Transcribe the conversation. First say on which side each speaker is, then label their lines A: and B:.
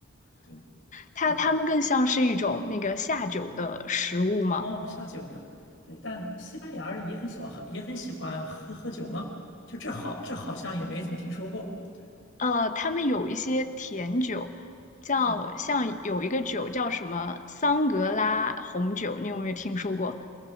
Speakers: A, on the left (about 65°); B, on the left (about 40°).
A: 对
B: 它它们更像是一种那个下酒的食物嘛。
A: 对，哦，下酒的，对，但西班牙人也很喜欢喝，也很喜欢喝喝酒吗？就这好，这好像也没怎么听说过。对，
B: 呃，他们有一些甜酒，叫像有一个酒叫什么桑格拉红酒，
A: 嗯。
B: 你有没有听说过？